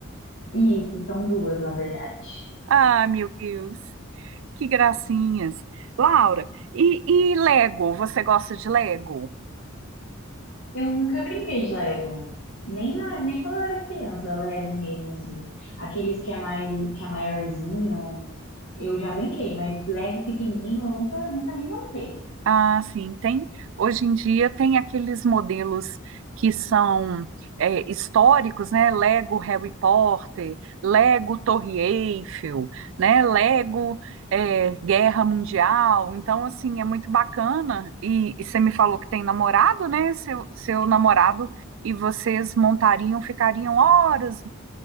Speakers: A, on the left (about 70°); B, on the right (about 65°).
A: Isso, são duas, na verdade.
B: Ah, meu Deus, que gracinhas. Laura, e, e Lego? Você gosta de Lego?
A: Eu nunca brinquei de Lego. Nem, na- nem quando eu era criança, Lego mesmo, assim. Aqueles que é, mai, que é maiorzinho, eu já brinquei, mas Lego pequenininho eu nunca, nunca nem montei.
B: Ah, sim, tem. Hoje em dia tem aqueles modelos que são é, históricos, né? Lego Harry Potter, Lego Torre Eiffel, né? Lego é, Guerra Mundial. Então, assim, é muito bacana. E, e você me falou que tem namorado, né? Seu, seu namorado e vocês montariam, ficariam horas